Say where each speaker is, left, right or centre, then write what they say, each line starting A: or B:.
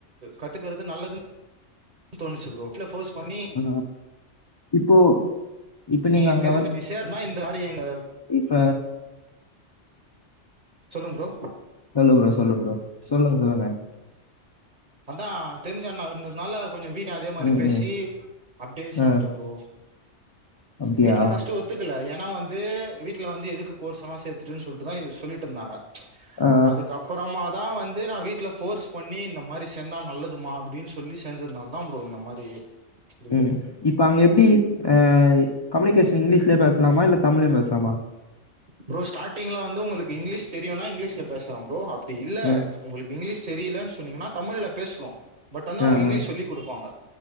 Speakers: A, on the right; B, on the left.
A: கத்துக்கிறது நல்லதுன்னு தோணுச்சு ப்ரோ இதுல ஃபோர்ஸ் பண்ணி
B: ஆ இப்போ இப்ப நீங்க
A: நீ
B: அங்க
A: தெரிஞ்ச
B: ஒர்க்
A: நீ சேர்னா இந்த மாரி அங்க
B: இப்ப
A: சொல்லுங்க ப்ரோ
B: சொல்லு ப்ரோ சொல்லு ப்ரோ சொல்லுங்க சொல்லுங்க
A: அதா தெரிஞ்சண்ணா இருந்ததுனால கொஞ்சோ வீட் ட அதே மாரி
B: ம்,
A: பேசி
B: ம்,
A: அப்டே சேந்துட்டே
B: ஆ,
A: ப்ரோ
B: அப்டியா?
A: வீட்ல ஃபஸ்ட் ஒத் துக்கல ஏனா வந்து வீட்ல வந்து எதுக்கு கோர்ஸ்ஸெல்லா சேத்துட்டுன் சொல்ட்டுதா சொல்லிட்டுருந்தாங்க
B: ஆ, ஆ,
A: அதுக்கப்புறமாதா வந்து நா வீட்ல ஃபோர்ஸ் பண்ணி இந்த மாரி சேந்தா நல்லதுமா அப்டின் சொ சொல்லி சேந்ததுனாலதா ப்ரோ இந்த மாரி இருக்கு
B: ம். இப்ப அங்க எப்டி அ கம்யூனிகேஷன் இங்கிலிஷ்லே பேசலாமா இல்ல தமிழயு பேசலாமா
A: ப்ரோ ஸ்டார்டிங்ல வந்து உங்களுக்கு இங்கிலீஷ் தெரியுன்னா இங்கிலீஷ்ல பேசலாம் ப்ரோ அப்டி இல்ல
B: ம்,
A: உங்களுக் இங்கிலீஷ் தெரியில்லன் சொன்னீங்கன்னா தமிழ்ல பேசுனு பட் வந்து
B: ஆ,
A: அவங்க இங்கிலீஷ்
B: ஆ,
A: சொல்லி குடுப்பாங்க